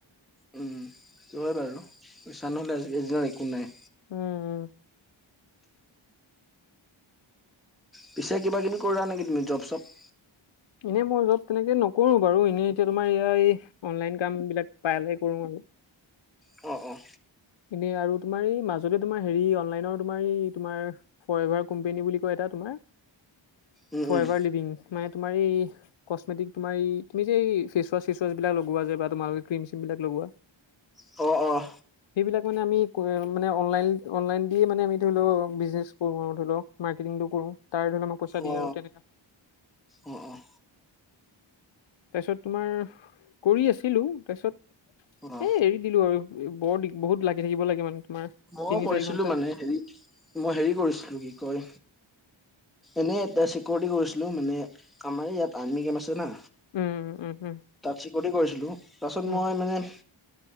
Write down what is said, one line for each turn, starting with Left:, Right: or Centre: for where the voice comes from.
Centre: উম, হয় বাৰু পইছা নহ'লে আজিকালি দিনত একো নাই।
Left: উম
Centre: পিছে কিবা কিবি কৰা নেকি তুমি যব-চব?
Left: এনেই মই যব- তেনেকে নকৰো বাৰু এনেই এতিয়া তোমাৰ এই এই অনলাইন কাম বিলাক প্ৰাইভাগে কৰো আৰু
Centre: অ, অ।
Left: এনে আৰু তোমাৰ এই মাজতে তোমাৰ হেৰি, অনলাইনৰ তোমাৰ এই তোমাৰ ফৰ এভাৰ কোম্পেনী বুলি কয় এ- টা তোমাৰ
Centre: উম
Left: ফৰ
Centre: উম
Left: এভাৰ লিভিং। মানে তোমাৰ এই কছমেটিক তোমাৰ এই তুমি যে এই ফেচৱাছ চেচৱাছবিলাক লগোৱা যে বা তোমালোকে ক্ৰীম চ্ৰীম বিলাক লগোৱা
Centre: অ, অ।
Left: সেইবিলাক মানে আমি মানে, অনলাইন, অনলাইন দিয়ে মানে আমি ধৰি লও বিজনেচ কৰো, আৰু ধৰি লও মাৰ্কে- টিংটো কৰো। তাৰে ধৰি আমাক পইচা দিয়ে
Centre: অ
Left: আৰু তেনেকা।
Centre: অ, অ।
Left: তাৰপিছত তোমাৰ কৰি আছিলো। তাৰপিছত-
Centre: অ
Left: এই, এৰি দিলো আৰু বৰ দিগ, বহুত লাগি থাকিব লাগে মানে তোমাৰ।
Centre: মই
Left: তিনি
Centre: কৰিছিলো
Left: চাৰি ঘন্টা
Centre: মানে হেৰি, মই হেৰি কৰিছিলো কি কয় এনে এটা চিকিউৰিটি কৰিছিলো মানে আমাৰ ইয়াত আৰ্মি কেম আছে না
Left: উম উম উম
Centre: তাত চিকৰটি কৰিছিলো। তাৰপাছত
Left: উম
Centre: মই মানে